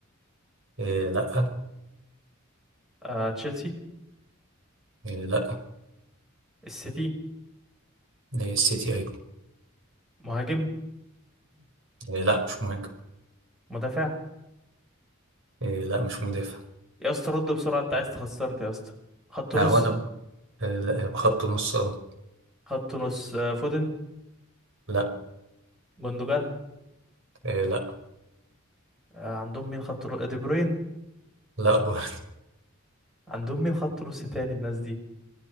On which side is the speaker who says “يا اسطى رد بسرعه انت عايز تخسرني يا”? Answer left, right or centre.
Centre